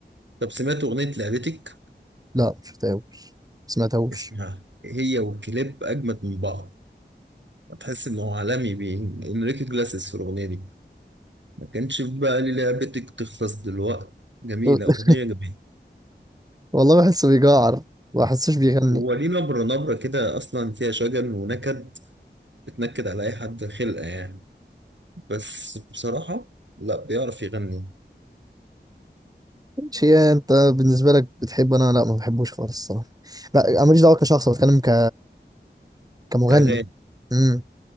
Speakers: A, on the right; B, on the right.
A: طب سمعت اغنيه لعبتك
B: لا مش شفتهوش سمعتهوش
A: اسمها هي وكليب اجمد من بعض هتحس انه عالمي بين انريكي جلاسس في الاغنيه دي ما كانش في بقى لي لعبتك تخلص دلوقتي جميله
B: <laughs>
A: اغنيه جميله
B: والله بحسه بيجعر ما بحسوش بيغني
A: هو ليه نبرة نبرة كده أصلا فيها شجن ونكد بتنكد على أي حد خلقة يعني بس بصراحة لا بيعرف يغني
B: شيء انت بالنسبه لك بتحبه انا لا ما بحبوش خالص الصراحه لا أنا ماليش دعوه كشخص بتكلم ك كمغني
A: أغاني
B: امم